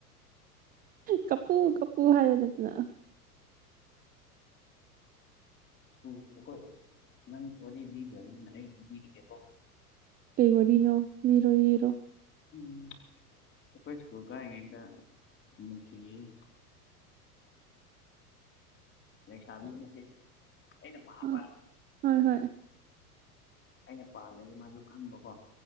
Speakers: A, on the right; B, on the left.
A: ꯀꯞꯄꯨ ꯀꯞꯄꯨ ꯍꯥꯏꯌꯣ ꯅꯠꯇꯅ
B: ꯑꯩꯈꯣꯏ ꯅꯪ ꯋꯥꯔꯤ ꯂꯤꯗꯕꯅꯤꯅ ꯑꯩ ꯂꯤꯔꯤꯒꯦꯀꯣ
A: ꯇꯇꯩ ꯋꯥꯔꯤꯅꯣ ꯖꯤꯔꯣ ꯔꯣ
B: ꯎꯝ ꯑꯩꯈꯣꯏ ꯁꯀꯨ ꯀꯉꯗꯁꯤ ꯂꯩꯁꯥꯕꯤ ꯑꯃ ꯑꯩꯅ ꯄꯥꯕ
A: ꯑ ꯍꯣꯏ ꯍꯣꯏ
B: ꯑꯩꯅ ꯄꯥꯝꯗꯒꯤ ꯃꯥꯁꯨ ꯈꯪꯕꯀꯣ